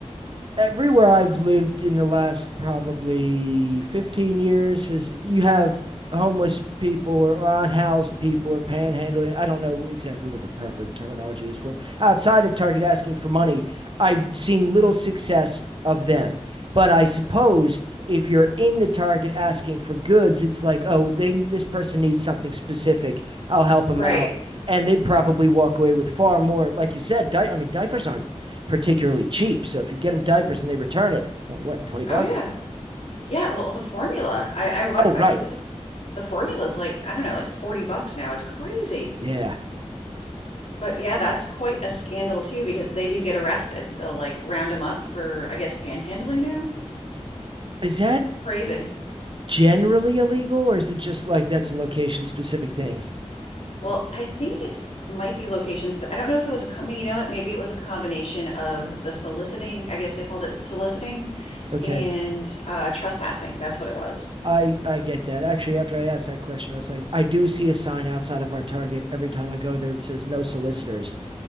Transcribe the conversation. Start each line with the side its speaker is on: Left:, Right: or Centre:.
Right: everywhere I've lived in the last probably 15 years has you have homeless people or unhoused people or panhandling. I don't know exactly what the proper terminology is for them. Outside of Target asking for money, I've seen little success of them. But I suppose if you're in the Target asking for goods, it's like, oh, they this person needs something specific. I'll help them
Left: Right.
Right: out. And they probably walk away with far more, like you said, di- I mean, diapers aren't particularly cheap. So if you get them diapers and they return it, like what, 20 bucks?
Left: Oh yeah. Yeah, well, the formula. I I wa-
Right: Oh, right.
Left: I looked at the f- the formula's like, I don't know, like 40 bucks now. It's crazy.
Right: Yeah.
Left: But yeah, that's quite a scandal too because they do get arrested. They'll like round them up for, I guess, panhandling now.
Right: Is that
Left: Crazy.
Right: generally illegal or is it just like that's a location specific thing?
Left: Well, I think it's might be locations, but I don't know if it was a com you know what, maybe it was a combination of the soliciting, I guess they called it soliciting
Right: Okay.
Left: and uh trespassing. That's what it was.
Right: I I get that. Actually, after I asked that question, I was like, I do see a sign outside of our Target every time I go there that says no solicitors,